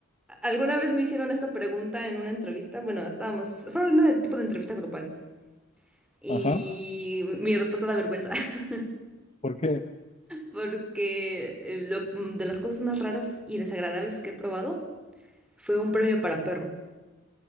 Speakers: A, in the centre; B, on the left (about 35°).
A: Alguna vez me hicieron esta pregunta en una entrevista, bueno, estábamos, fue un tipo de entrevista grupal y
B: Ajá.
A: mi respuesta da vergüenza, <laughs>
B: ¿Por qué?
A: porque eh, lo- de las cosas más raras y desagradables que he probado fue un premio para perro.